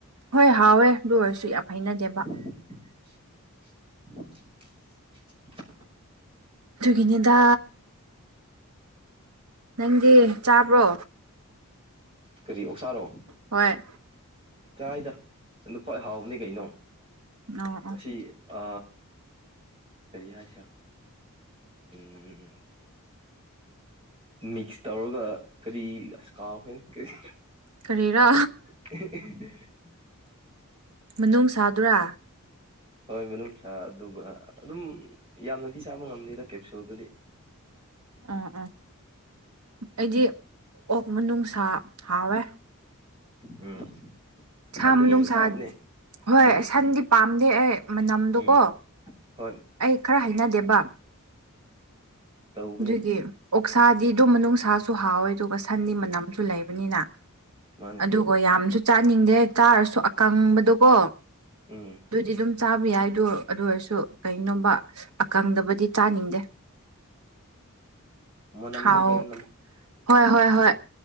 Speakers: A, on the right (about 85°); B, on the right (about 25°).
A: ꯍꯣꯏ ꯍꯥꯎꯋꯦ ꯑꯗꯨ ꯑꯣꯏꯔꯁꯨ ꯌꯥꯝ ꯍꯩꯅꯗꯦꯕ
B: <inaudible>
A: ꯑꯗꯨꯒꯤꯅꯤꯗ ꯅꯪꯗꯤ ꯆꯥꯕ꯭ꯔꯣ
B: ꯀꯔꯤ ꯑꯣꯛꯁꯥꯔꯣ
A: ꯍꯣꯏ
B: ꯀꯥꯏꯗ ꯅꯗ ꯈ꯭ꯋꯥꯏ ꯍꯥꯎꯕꯅꯤ ꯀꯩꯅꯣ
A: ꯑꯣ ꯑꯣ
B: ꯑꯁꯤ ꯑ ꯀꯔꯤ ꯍꯥꯏꯁ ꯎꯝ ꯃꯤꯛꯁ ꯇꯧꯔꯒ ꯀꯔꯤ ꯑꯁ ꯀꯥꯎꯈ꯭ꯔꯦꯅ ꯀꯔꯤ
A: ꯀꯔꯤꯔ
B: <inaudible>
A: ꯃꯅꯨꯡ ꯁꯥꯗ꯭ꯔꯥ
B: ꯍꯣꯏ ꯃꯅꯨꯡ ꯁꯥ ꯑꯗꯨꯒ ꯑꯗꯨꯝ ꯌꯥꯝꯅꯗꯤ ꯆꯥꯕ ꯉꯝꯅꯤꯗ ꯀꯦꯞꯁꯨꯣꯗꯨꯗꯤ
A: ꯑꯣ ꯑꯣ ꯑꯩꯗꯤ ꯑꯣꯛ ꯃꯅꯨꯡꯅꯨꯡꯁꯥ ꯍꯥꯎꯋꯦ
B: ꯎꯝ
A: ꯁꯥ
B: ꯁꯟꯗꯒꯤ
A: ꯅꯨꯡꯁꯥ
B: ꯍꯦꯟꯅ ꯍꯥꯎꯕꯅꯦ
A: ꯍꯣꯏ
B: ꯎꯝ
A: ꯁꯟꯗꯤ ꯄꯥꯝꯗꯦ ꯑꯩ ꯃꯅꯝꯗꯣꯀꯣ
B: ꯎꯝ ꯍꯣꯏ
A: ꯑꯩ ꯈꯔ ꯍꯥꯏꯅꯗꯦꯕ
B: ꯇꯧꯕꯅꯦ
A: ꯑꯗꯨꯒꯤ ꯑꯣꯛꯁꯥꯗꯤ ꯑꯗꯨꯝ ꯅꯨꯡꯁꯥꯁꯨ ꯍꯥꯎꯋꯦ ꯑꯗꯨꯒ ꯁꯟꯗꯤ ꯃꯅꯝꯁꯨ ꯂꯩꯕꯅꯤꯅ
B: ꯃꯥꯅꯦ
A: ꯑꯗꯨꯒ ꯌꯥꯝꯁꯨ ꯆꯥꯅꯤꯡꯗꯦ ꯆꯥꯔꯁꯨ ꯑꯀꯪꯕꯗꯨꯀꯣ
B: ꯎꯝ
A: ꯑꯗꯨꯗꯤ ꯑꯗꯨꯝ ꯆꯥꯕ ꯌꯥꯏꯗꯣ ꯑꯗꯨ ꯑꯣꯏꯔꯁꯨ ꯀꯣꯕ ꯑꯀꯪꯗꯕꯨꯗꯤ ꯆꯥꯅꯤꯡꯗꯦ
B: ꯃꯅꯝꯗꯣ
A: ꯍꯥꯎ
B: ꯀꯩꯅꯣ
A: ꯍꯣꯏ ꯍꯣꯏ ꯍꯣꯏ